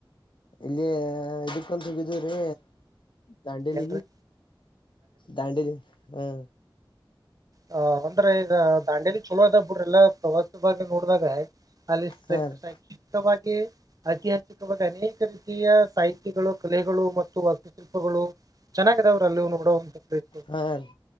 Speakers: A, on the left; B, on the right.
A: ಇಲ್ಲಿ ಇದಕ್ಕಂತ ಹೋಗಿದಿವ್ರೀ. ದಾಂಡೇಲಿಗಿ
B: ಎಲ್ರಿ
A: ದಾಂಡೇಲಿ ಹಾ.
B: ಹ ಅಂದ್ರೆ ಈಗ ದಾಂಡೆಲಿ ಚಲೋ ಅದ ಬುಡ್ರ ಎಲ್ಲಾ ಪ್ರವಾಸಿ ಭಾಗ ನೋಡ್ದಾಗ. ಅಲ್ಲಿ <inaudible>
A: ಹಾ ರೀ
B: ಶೈಕ್ಷವಾಗಿ. ಹಾಗೆ ಐತಿಹಾಸಿಕವಾಗಿ ಅನೇಕ ರೀತಿಯ ಸಾಹಿತ್ಯಗಳು ಕಲೆಗಳು ಮತ್ತು ವಾಸ್ತುಶಿಲ್ಪಗಳು. ಚೆನ್ನಾಗಿದವ್ರಿ ಅಲ್ಲೂ ನೋಡವು
A: ಹಾ ರೀ